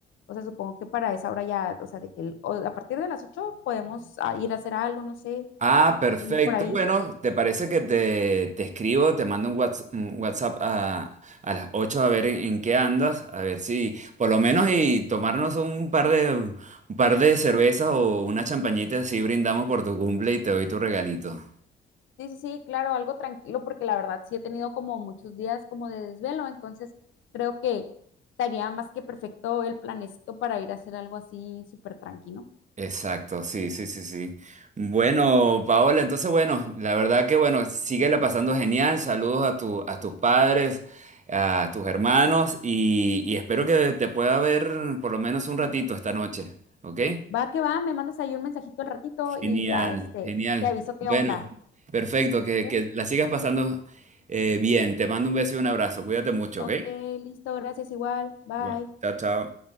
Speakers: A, on the left (about 75°); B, on the right (about 35°).
A: o sea, supongo que para esa hora ya, o sea, de que el- o a partir de las ocho podemos ah, ir a hacer algo, no sé,
B: Ah, perfecto.
A: salir por ahí.
B: Bueno, ¿te parece que te, te escribo, te mando un whats- un WhatsApp a, a las 8 a ver en, en qué andas? A ver si, por lo menos, y tomarnos un par de, un par de cervezas o una champañita así brindamos por tu cumple y te doy tu regalito.
A: Sí, sí, sí, claro, algo tranquilo, porque la verdad sí he tenido como muchos días como de desvelo, entonces creo que estaría más que perfecto el planecito para ir a hacer algo así súper tranquilo.
B: Exacto, sí, sí, sí, sí. Bueno, Paola, entonces bueno, la verdad que bueno, síguela pasando genial. Saludos a tu, a tus padres, a tus hermanos y, y espero que te pueda ver por lo menos un ratito esta noche, ¿ok?
A: Va que va, me mandas ahí un mensajito al ratito y
B: Genial,
A: ya, este,
B: genial.
A: te aviso qué
B: Bueno,
A: onda.
B: perfecto, que,
A: ¿ok?
B: que la sigas pasando eh, bien. Te mando un beso y un abrazo. Cuídate mucho,
A: Ok,
B: ¿ok?
A: listo, gracias igual. Bye.
B: Bueno, chao, chao.